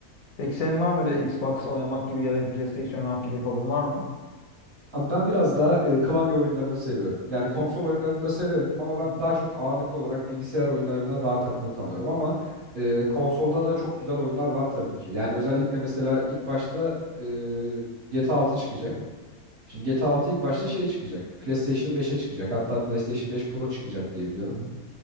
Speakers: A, on the left; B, on the right.
A: Peki senin var mı öyle Xbox oynamak gibi ya da PlayStation oynamak gibi hobin var mı?
B: Abi ben biraz daha e, klavye oyunlarını seviyorum. Yani konsol
A: Bil-
B: oyunlarını da severim ama ben
A: Hı hı.
B: daha çok ağırlıklı olarak bilgisayar oyunlarına daha takılı
A: Hı hı.
B: kalıyorum ama e, konsolda da çok güzel oyunlar var tabii ki. Yani özellikle mesela ilk başta e, GTA 6 çıkacak. Şimdi GTA 6 ilk başta şey çıkacak. PlayStation 5'e çıkacak. Hatta PlayStation 5 Pro çıkacak diye biliyorum.
A: Hı hı.